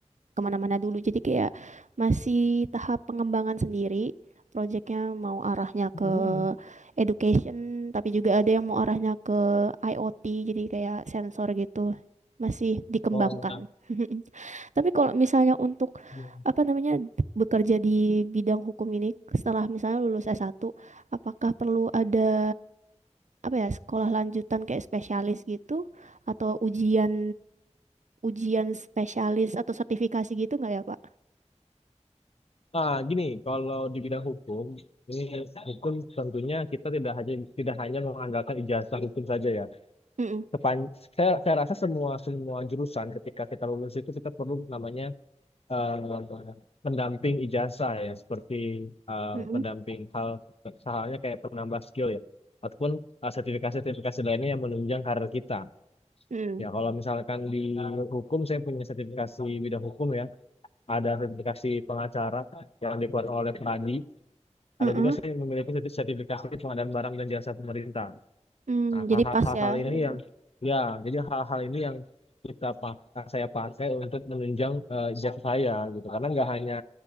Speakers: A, on the right; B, on the left.
A: kemana-mana dulu. Jadi kayak masih tahap pengembangan sendiri. Projectnya mau arahnya ke
B: Mm.
A: education, tapi juga ada yang mau arahnya ke IoT, jadi kayak sensor gitu. Masih dikembangkan.
B: Oh,
A: <laughs> Tapi kalau misalnya untuk
B: iya.
A: apa namanya bekerja di bidang hukum ini setelah misalnya lulus s satu, apakah perlu ada apa ya sekolah lanjutan kayak spesialis gitu atau ujian ujian spesialis atau sertifikasi gitu nggak ya, Pak?
B: Nah, gini, kalau di bidang hukum, ini hukum tentunya kita tidak hanya tidak hanya mengandalkan ijazah hukum saja ya.
A: Mm-mm.
B: Sepan, saya, saya rasa semua semua jurusan ketika kita lulus itu kita perlu namanya eh, pendamping ijazah ya seperti eh,
A: Mm-mm.
B: pendamping hal halnya kayak penambah skill ya ataupun eh, sertifikasi-sertifikasi lainnya yang menunjang karir kita.
A: Mm.
B: Ya kalau misalkan di hukum saya punya sertifikasi bidang hukum ya, ada sertifikasi pengacara yang dikeluarkan oleh Pradi,
A: Mm-mm.
B: ada juga saya memiliki serti- sertifikasi pengadaan barang dan jasa pemerintah.
A: Mm,
B: Nah,
A: jadi
B: hal-hal
A: pas
B: hal-hal
A: ya.
B: ini
A: gitu.
B: yang ya, jadi hal-hal ini yang kita pak saya pakai untuk menunjang eh, ijazah saya gitu karena nggak hanya